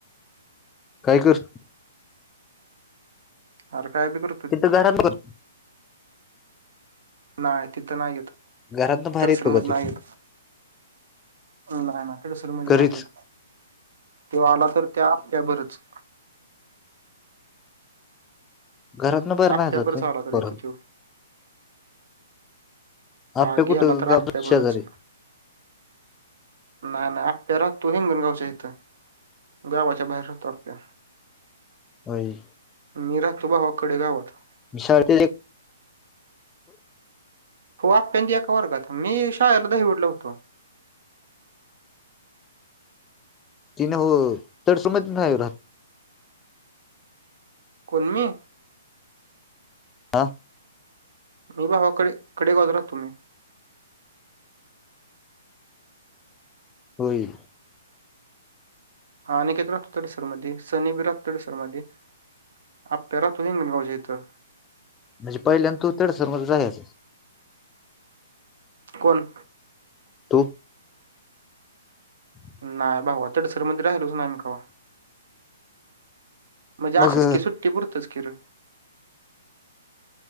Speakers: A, on the left; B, on the right.
A: काय कर
B: अर काय बी कर
A: तिथ घर बस
B: नाय तिथं नाय येत.
A: घरातन बाहेर
B: तडसण
A: येतो
B: मधी
A: का
B: नाय
A: ते
B: येत. नाय नाय तेडसर मधे नाय
A: घरीच
B: यत. त्यो आला तर त्या बरच
A: घरात न बाहेर
B: आप्याभरच
A: नाय जात मी
B: आला तर
A: परत.
B: येतो त्यो.
A: आपल्या
B: आ,
A: कुठं
B: गेला तर
A: गावात
B: अप्प्या
A: शेजारी
B: बरंच. नाही, नाही अप्प्या राहतो हिंगणगावच्या इथं गावाच्या बाहेर राहातो आप्प्या.
A: व्हई.
B: मी राहतो भावाकडे गावात.
A: <unintelligible>
B: आप्प्या न ते एका वर्गात, मी शाळेला दहीवडला शाळेत होतो.
A: ती नव्ह, तरसोबमधी नाही व्हय राहत?
B: कोण मी?
A: हा.
B: मी भावाकडे कडे बाजू राहतो मी.
A: व्हय.
B: हा अनिकेत रात तडसर मध्ये, सनी बी रात तडसर मध्ये. अप्प्या राहतो हींगणगावच्या इथं.
A: म्हणजे पहिल्यांनं तू तडसर मध्ये राहायचं?
B: कोण?
A: तू? <inaudible>
B: नाय भावा, तडसर मधी राहिलोच नाही कवा. म्हणजे असंच
A: मग
B: की सुट्टी पुरतंच की र.